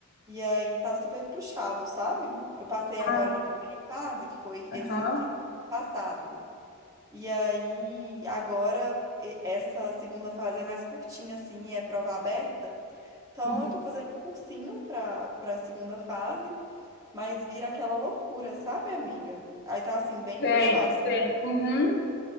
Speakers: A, on the right (about 15°); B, on the left (about 50°).
A: E aí tá super puxado, sabe? Eu passei agora
B: ai,
A: na primeira fase, que foi esse
B: aham.
A: fim de semana passado. E aí, agora, e- essa segunda fase é mais curtinha, assim, é prova aberta. Então,
B: uhum.
A: eu tô fazendo um cursinho pra, pra segunda fase, mas vira aquela loucura, sabe, amiga? Aí tá, assim, bem
B: Sei,
A: puxado,
B: sei. Uhum.